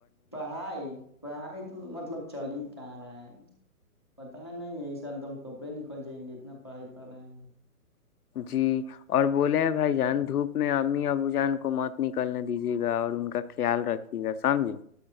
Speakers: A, on the left; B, on the left.
A: پڑھائی پڑھائی تو مطلب چل ہی کہ رہا ہے پتا ہے نہیں یہ س ایک د ہم ٹوپے نکل جائیں گے اتنا پڑھائی کر رہے ہیں ہم
B: جی اور بولے ہیں بھائی جان دھوپ میں امی ابو جان کو مت نکلنے دیجیے گا اور ان کا خیال رکھیے گا سمجھے